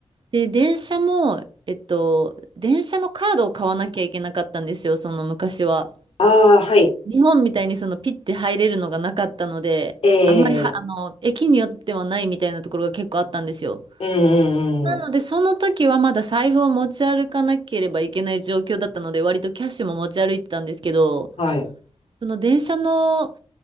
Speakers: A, on the right; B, on the left.
A: で、電車も、えっと、電車のカードを買わなきゃいけなかったんですよ、その昔は。
B: ああ、はい。
A: 日本みたいにそのピッて入れるのがなかったので、
B: ええ
A: あんまりは、あの、駅によってはないみたいなところが結構あったんですよ。
B: うんうん
A: なので、その時はまだ財布を持ち歩かなければいけない状況だったので、割とキャッシュも持ち歩いてたんですけど、
B: はい。
A: その電車の